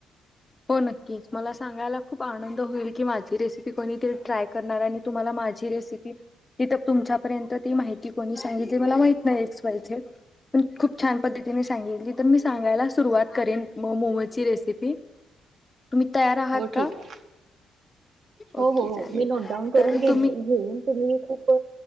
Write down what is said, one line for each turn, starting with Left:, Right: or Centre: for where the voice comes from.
Left: हो नक्कीच मला सांगायला खूप आनंद होईल की माझी रेसिपी कोणी तरी ट्राय करणार आणि तुम्हाला माझी रेसिपी तथ तुमच्यापर्यंत ती माहिती कोणी सांगितली मला माहित नाही. एक्स वाय झेड पण खूप छान पद्धतीने सांगितली तर मी सांगायला सुरुवात करेन मोमोजची रेसिपी तुम्ही तयार आहात
Right: हो ठीक
Left: का
Right: आहे हो
Left: ओके
Right: हो हो
Left: चालेल
Right: मी नोटडाऊन करून
Left: तर
Right: घेइन
Left: तुम्ही
Right: घेऊन तुम्ही खूप